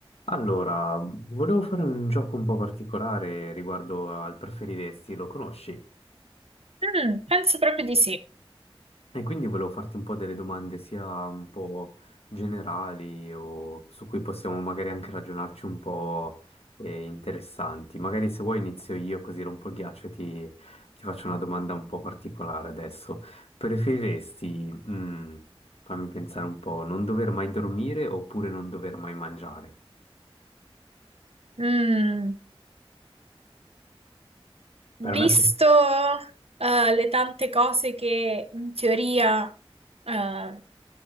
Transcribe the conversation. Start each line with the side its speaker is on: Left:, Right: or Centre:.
Left: Allora, volevo fare un gioco un po' particolare riguardo al preferiresti, lo conosci?
Right: Mm, penso proprio di sì.
Left: E quindi volevo farti un po' delle domande sia un po' generali o su cui possiamo magari anche ragionarci un po' eh, interessanti. Magari se vuoi inizio io così rompo il ghiaccio e ti, ti faccio una domanda un po' particolare adesso. Preferiresti, mm, fammi pensare un po', non dover mai dormire oppure non dover mai mangiare?
Right: Mm, visto
Left: Per me
Right: eh, le tante cose che in teoria eh,